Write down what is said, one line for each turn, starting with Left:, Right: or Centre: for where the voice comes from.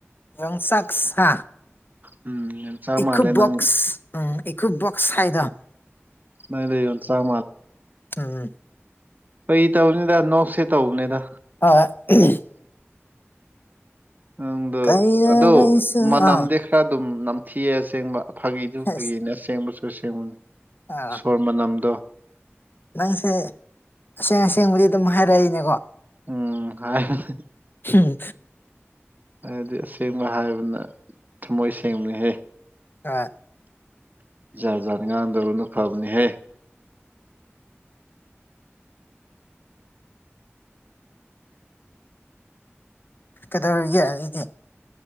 Left: ꯌꯣꯡꯆꯥꯛꯁ ꯍꯥ
Right: ꯎꯝ <unintelligible>
Left: ꯏꯀꯨꯕꯣꯛꯁ
Right: ꯅꯪ
Left: ꯎꯝ ꯏꯀꯨꯕꯣꯛꯁ ꯍꯥꯏꯗꯣ
Right: ꯅꯣꯏꯗꯣ ꯌꯣꯟꯆꯥꯛ
Left: ꯎꯝ
Right: ꯐꯒꯤ ꯇꯧꯅꯤꯗ ꯅꯣꯛꯁꯦ ꯇꯧꯕꯅꯤꯗ꯫
Left: ꯍꯣꯏ <unintelligible>
Right: ꯅꯪꯗꯣ
Left: ꯀꯩꯗꯧꯉꯩꯁꯨ
Right: ꯑꯗꯣ ꯃꯅꯝꯗꯤ
Left: ꯑꯥ
Right: ꯈꯔ ꯑꯗꯨꯝ ꯅꯝꯊꯤꯌꯦ ꯑꯁꯦꯡꯕ ꯐꯥꯒꯤꯖꯨ
Left: ꯑꯁ
Right: ꯐꯥꯒꯤꯅꯦ ꯑꯁꯦꯡꯕꯁꯨ ꯑꯁꯦꯡꯕꯅꯤ
Left: ꯑꯥ
Right: ꯁꯣꯔ ꯃꯅꯝꯗꯣ
Left: ꯅꯪꯁꯦ ꯑꯁꯦꯡ ꯑꯁꯦꯡꯕꯗꯤ ꯑꯗꯨꯝ ꯍꯥꯏꯔꯛꯏꯅꯦꯀꯣ꯫
Right: ꯎꯝ ꯍꯥꯏꯕꯅꯦ
Left: ꯍꯨꯝ
Right: ꯍꯥꯏꯗꯤ ꯑꯁꯦꯡꯕ ꯍꯥꯏꯕꯅ ꯊꯃꯣꯏ ꯁꯦꯡꯕꯅꯤꯍꯦ꯫
Left: ꯑ
Right: ꯖꯥꯠ ꯖꯥꯠ ꯉꯥꯡꯗꯕꯅ ꯐꯕꯅꯦꯍꯦ꯫
Left: ꯀꯩꯗꯧꯔꯤꯒꯦ ꯑꯗꯨꯗꯤ